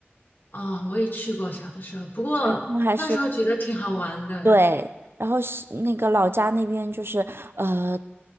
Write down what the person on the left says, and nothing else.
啊，我也去过小的时候，不过那时候觉得挺好玩的。